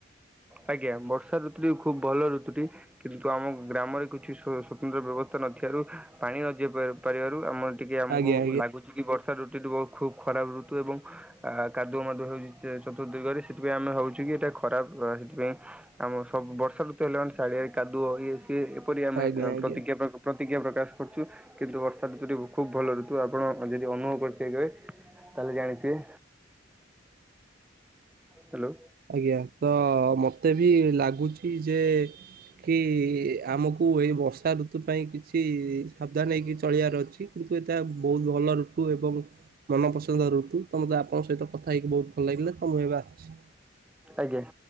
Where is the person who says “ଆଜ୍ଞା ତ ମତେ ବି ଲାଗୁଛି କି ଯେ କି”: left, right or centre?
Right